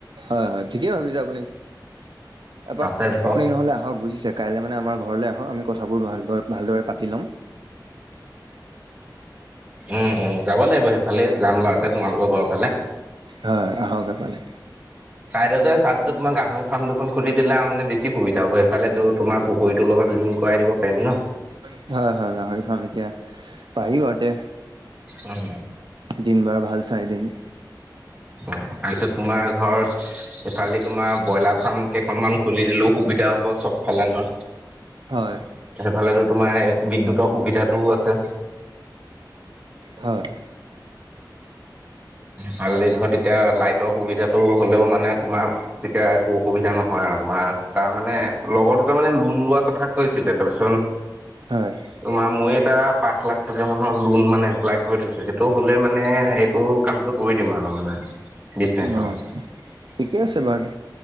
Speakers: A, on the right; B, on the right.
A: হয় হয় ঠিকেই ভাবিছে আপুনি এপাক
B: তাতে ধৰ
A: আপুনি নহলে আহক বুজিছে কাইলৈ মানে আমাৰ ঘৰলৈ আহক আমি কথাবোৰ ভাল ভালদৰে পাতি ল'ম।
B: উম উম যাব লাগিব সেই ভালেই জাম বা তোমাৰলোকৰ ঘৰ ফালে।
A: হয় আহকে পালে
B: ত ছাৰাদতে তোমাৰ গাহৰি ফাৰ্ম দুখন খুলিিলা মানে বেছি সুবিধা'ব সেইফালেতো তোমাৰ পুখুৰীৰৰ লগত লিংকই দিব। পাৰিম ন
A: নি হয় হয়। গাহৰি ফাৰ্ম এতিয়া বাঢ়ি ব আৰুতি-
B: উম
A: দিন বাৰ ভাল চাইদিনম
B: অ তাৰপিছত তোমাৰ ঘৰ এইফালদি তোমাৰ ব্ৰইলাৰ ফাৰ্ম কেইখনমান খুলি দিলো। সুবিধা হ'ব চবফালে নহয়।
A: হয়
B: সেইফালে যদি তোমাৰ বিদ্যুতৰ সুবিধাটোও আছে।
A: হয়।
B: ভালেই ধৰ এতিয়া লাইটৰ সুবিধাটো হলেও মানে তোমাৰ তেতিয়া অসুবিধা নহয় আৰু তোমাৰ তাৰ মানে- লগৰ দুটাাৰ মানে লোন লোৱা কথা কৈছিলে। তাৰপিছত
A: হয়
B: তোমাৰ মোৰ এটা পাঁচ, লাখ টককা মানৰ লোন মানে এপ্লাই কৰি থৈছো সেইটো হ'লে মানে- ত' কামটো কৰি দিম আৰু মানে ডিচেঞ্চত-
A: অ ঠিকে আছে বাৰু